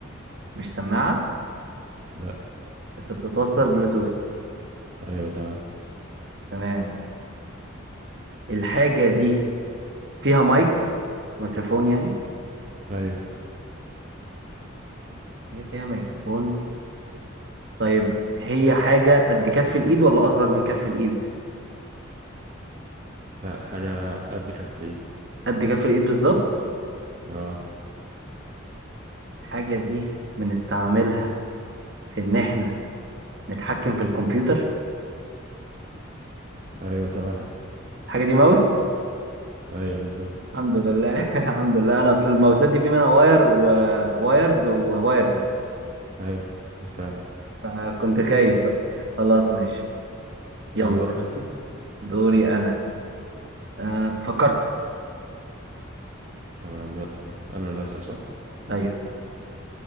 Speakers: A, on the right; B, on the right.
A: مش سماعة
B: لا
A: بس بتتوصل بلوتوث
B: ايوه تمام
A: تمام الحاجة دي فيها مايك ميكروفون يعني
B: ايوه
A: هي فيها ميكروفون طيب هي حاجة قد كف الإيد ولا أصغر من كف الإيد
B: لا حاجة قد كف الايد
A: قد كف الإيد بالظبط
B: اه
A: الحاجة دي بنستعملها في إن إحنا نتحكم في الكمبيوتر
B: ايوه تمام
A: الحاجة دي ماوس
B: ايوه بالظبط
A: الحمد لله <laughs> الحمد لله أنا أصل الماوسات دي في منها واير ووايرد ووايرلس
B: ايوه فاهم
A: فكنت خايف بقى خلاص ماشي
B: ده
A: يلا
B: دورك انت
A: دوري أنا أه فكرت
B: تمام يلا انا اللي هسأل صح
A: أيوه